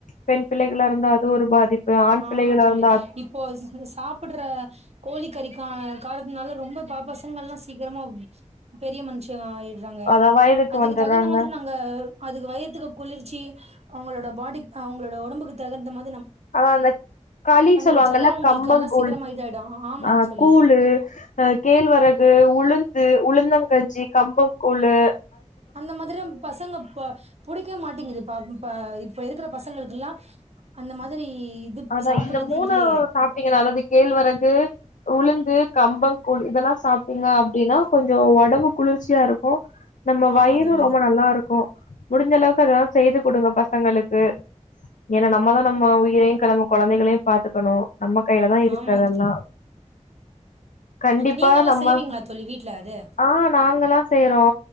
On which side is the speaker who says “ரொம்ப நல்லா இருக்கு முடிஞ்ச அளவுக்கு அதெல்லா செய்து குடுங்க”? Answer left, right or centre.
Left